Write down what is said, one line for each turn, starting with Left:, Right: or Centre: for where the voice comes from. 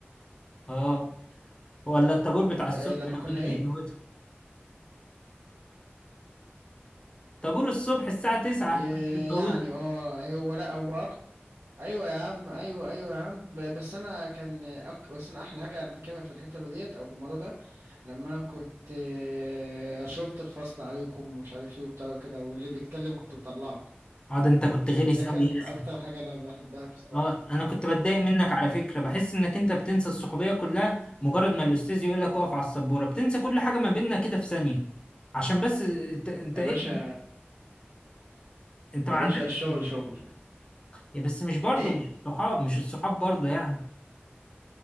Left: اه ولا الطابور بتاع الصبح
Right: آه لما
Left: اللي
Right: كنا
Left: كنا
Right: ايه
Left: بنفوته طابور الصبح الساعه 9
Right: آه،
Left: كنت بتفوته
Right: يعني اه هو لا هو أكتر. ايوه يا عم ايوه ايوه يا عم ب- بس انا كان أك... بس انا احلى حاجه انا فاكرها في الحته ديت او في الموضوع ده لما انا كنت آه، شرطة الفصل عليكم ومش عارف ايه وبتاع كده واللي بيتكلم كنت بطلعه
Left: اه ده انت كنت غلس
Right: ده كان
Left: قوي يا اخي
Right: اكتر حاجة انا بحبها بصراحة
Left: اه انا كنت بتضايق منك على فكره بحس انك انت بتنسى الصحوبيه كلها مجرد ما الاستاذ يقول لك اقف على السبوره بتنسى كل حاجه ما بيننا كده في ثانيه عشان بس انت انت
Right: يا
Left: ايه
Right: باشا
Left: انت
Right: يا
Left: ما عندكش
Right: باشا الشغل شغل
Left: يا بس مش برضه
Right: ايه
Left: مش الصحاب مش الصحاب برضه يعني